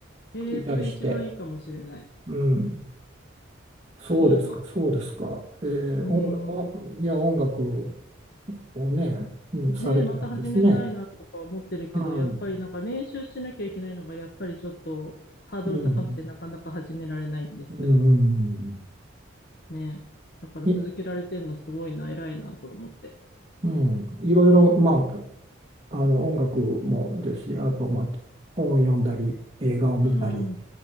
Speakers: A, on the left; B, on the right.
A: ええそれ一番いいかもしれない。
B: 聞いたりして、うん。そうですか、
A: いいな。
B: そうですか。えー、
A: うー
B: 音楽を、
A: ん。
B: いや、音楽をね、うん、されてたんですね。
A: ねえ、また始めたいなとか思ってるけど、
B: うん、
A: やっぱりなんか練習しなきゃいけないのが、やっぱりちょっとハードル高くてなかなか始められないんですけど、
B: うん、うん、
A: ねえ。だから続けられてんのすごいな、
B: い、
A: 偉いなと思って。
B: うん、いろいろ、まあ、あの音楽もですし、あと、まあ、本を読んだり、映画を見たり、
A: うん、